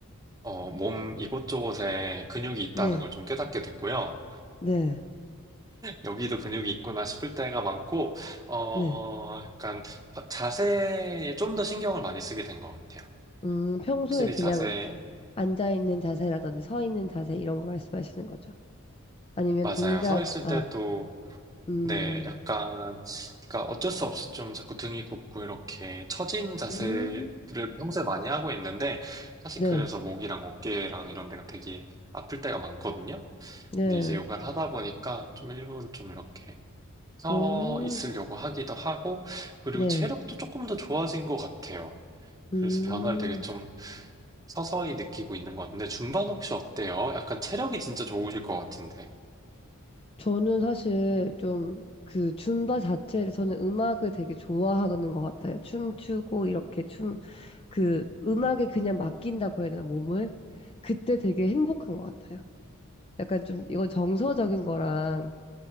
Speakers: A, on the right (about 15°); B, on the left (about 25°).
A: 어, 몸 이곳저곳에 근육이 있다는
B: 네,
A: 걸 좀 깨닫게 됐고요.
B: 네,
A: 여기도 근육이 있구나 싶을 때가 많고, 어,
B: 네.
A: 약간 자세에 좀 더 신경을 많이 쓰게 된 것 같아요.
B: 음, 평소에
A: 확실히
B: 그냥
A: 자세
B: 앉아있는 자세라든지 서 있는 자세 이런 거 말씀하시는 거죠? 아니면
A: 맞아요.
B: 동작,
A: 서 있을
B: 아,
A: 때도,
B: 음,
A: 네, 약간, 그러니까 어쩔 수 없이 좀 자꾸 등이 굽고 이렇게 처진 자세를
B: 음,
A: 평소에 많이 하고 있는데, 사실
B: 네,
A: 그래서 목이랑 어깨랑 이런 데가 되게 아플 때가 많거든요.
B: 네,
A: 근데 이제 요가를 하다 보니까 좀 일부러 좀 이렇게 서
B: 음,
A: 있으려고 하기도 하고, 그리고
B: 네,
A: 체력도 조금 더 좋아진 것 같아요.
B: 음.
A: 그래서 변화를 되게 좀 서서히 느끼고 있는 것 같은데, 준반 혹시 어때요? 약간 체력이 진짜 좋으실 것 같은데.
B: 저는 사실 좀 그 줌바 자체를 저는 음악을 되게 좋아하는 것 같아요. 춤추고 이렇게 춤 그 음악에 그냥 맡긴다고 해야 되나, 몸을? 그때 되게 행복한 것 같아요. 약간 좀, 이건 정서적인 거랑